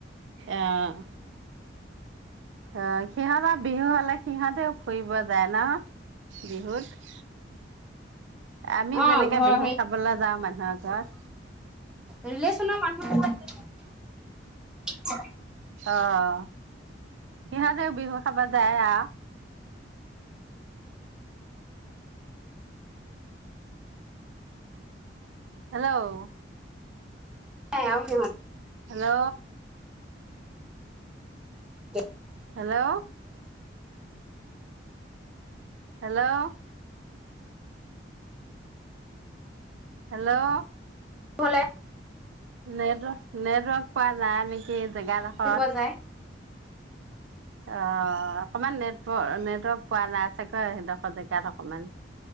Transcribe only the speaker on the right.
অ' অ' সিহঁতৰ বিহু হলে সিহঁতেও ফুৰিব যায় ন। বিহুত। আমি
যেনেকে
বিহুঁ খাবলৈ যাওঁ মানুহৰ ঘৰত।
অ'। সিহঁতেও বিহুঁত খাব যায় আওঁ। হেল্ল'
হেল্ল'।
হেল্ল'। হেল্ল' হেল্ল'
নেটৱৰ্ক, নেটৱৰ্ক পোৱা নাই নেকি জেগাডোখৰত।
অ' আপনাৰ নেটৱৰ্ক নেটৱৰ্ক পোৱা নাই চাগৈ সেইডখৰ জেগাত অকমান